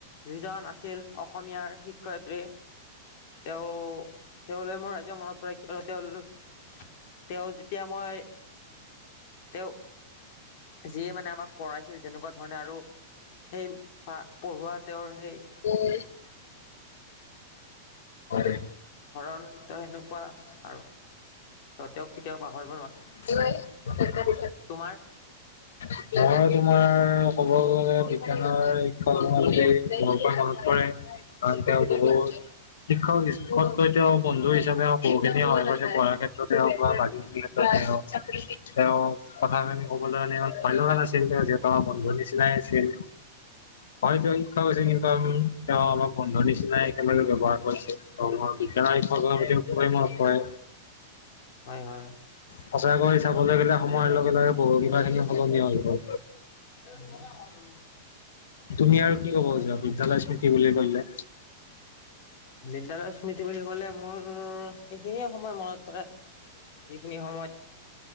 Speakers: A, on the left (about 55°); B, on the left (about 80°).
A: যিজন আ ছিল অসমীয়াৰ শিক্ষয়িত্ৰী তেওঁ তেওঁলৈ মোৰ আজিও মনত পৰে কিয়নো, তেওঁ তেওঁ যেতিয়া মই তেওঁ যিয়ে মানে আমাক পঢ়াইছিল যেনেকুৱা আৰু সেই পা পঢ়োৱা তেওঁৰ সেই
B: <unintelligible> হয়।
A: ধৰণ তেওঁ সেনেকুৱা আৰু, ত তেওঁক কেতিয়াও পাহৰি
B: <inaudible>
A: তোমাৰ
B: মই তোমাৰ ক'ব গ'লে, বিজ্ঞানৰ শিক্ষক <unintelligible> বৰকৈ মনত পৰে কাৰণ তেওঁ বহুত শিক্ষক <unintelligible> তেওঁ বন্ধু হিচাপে হওঁক বহুখিনি সহায় কৰিছে পঢ়াৰ ক্ষেত্ৰত হওঁক বা বাকী <unintelligible> ক্ষেত্ৰতে হওঁক, তেওঁ কথাখিনি কবলৈ <unintelligible> ভয় লগা নাছিল তেওঁ যিহেতু আমাৰ বন্ধু নিচিনাই আছিল হয়তো, শিক্ষক হৈছিল কিন্তু আ তেওঁ আমাৰ বন্ধু নিচিনাই একেলগে ব্যৱহাৰ কৰিছিল <unintelligible> বিজ্ঞানৰ শিক্ষকৰ প্ৰতি খুবেই মনত পৰে।
A: হয় হয়
B: সঁচাকৈ চাবলৈ গ'লে সময় লগ গে বহু কিবা <unintelligible> সলনি হৈ গ'ল।
A: <unintelligible>
B: তুমি আৰু কি ক'ব বুজা বিদ্যালয় স্মৃতি বুলি ক'লে?
A: বিদ্যালয় স্মৃতি বুলি ক'লে মোৰ, সেইখিনিয়ে সময় মনত পৰে যিখিনি সময়ত